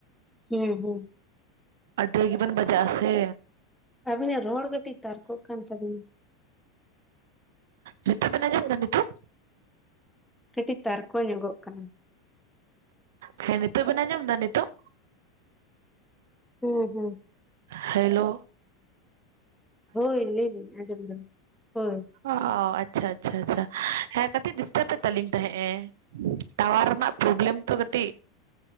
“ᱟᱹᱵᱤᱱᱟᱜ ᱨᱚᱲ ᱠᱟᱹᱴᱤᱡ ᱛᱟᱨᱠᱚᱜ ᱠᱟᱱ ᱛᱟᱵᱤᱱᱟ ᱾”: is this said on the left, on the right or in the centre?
Centre